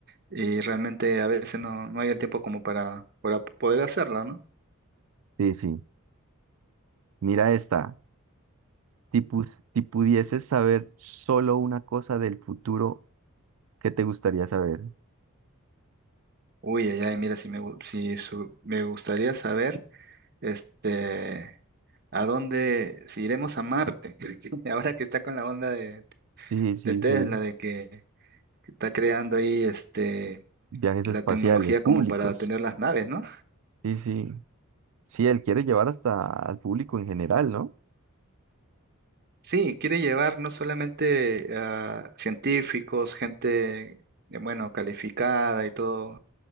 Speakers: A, on the right; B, on the right.
A: y realmente a veces no, no hay el tiempo como para, para poder hacerlo, ¿no?
B: Sí, sí. Mira esta. Si, pus- si pudieses saber solo una cosa del futuro, ¿qué te gustaría saber?
A: Uy, ay, ay, mira, si me, gu- si su- me gustaría saber, este, a dónde, si iremos a Marte, <laughs> ahora que está con la onda de,
B: Sí, sí,
A: de Tesla,
B: sí.
A: de que está creando ahí, este,
B: Viajes
A: la
B: espaciales,
A: tecnología
B: públicos.
A: como para tener las naves, ¿no?
B: Sí, sí. Sí, él quiere llevar hasta al público en general, ¿no?
A: Sí, quiere llevar no solamente a científicos, gente, eh, bueno, calificada y todo